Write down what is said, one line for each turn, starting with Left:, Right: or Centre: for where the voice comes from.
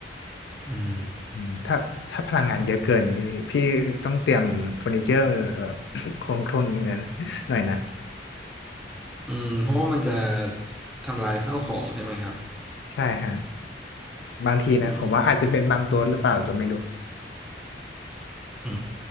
Centre: อืม
Left: อืมถ้าถ้าพลังงานเยอะเกินนี่พี่ต้องเตรียมเฟอร์นิเจอร์เอ่อ <coughs> <laughs> คงทนเนี่ยนะหน่อยนะ
Centre: อืมเพราะว่ามันจะทำลายข้าวของใช่ไหมครับ
Left: ใช่ฮะบางทีนะผมว่าอาจจะเป็นบางตัวหรือเปล่าตัวไม่รู้
Centre: อืมอื